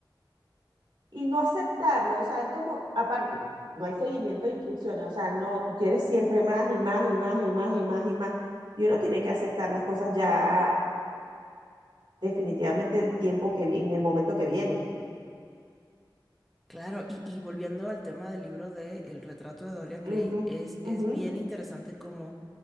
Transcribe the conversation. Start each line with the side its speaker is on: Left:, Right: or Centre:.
Right: y no aceptarlo, o sea, es como, aparte, no hay seguimiento de instrucciones, o sea, no, tú quieres siempre más y más y más y más y más y más. Y uno tiene que aceptar las cosas ya definitivamente el tiempo que vi- en el momento que viene.
Centre: Claro, y, y volviendo al tema del libro de El retrato de Dorian Gray,
Right: Ujú,
Centre: es, es
Right: ujú,
Centre: bien interesante cómo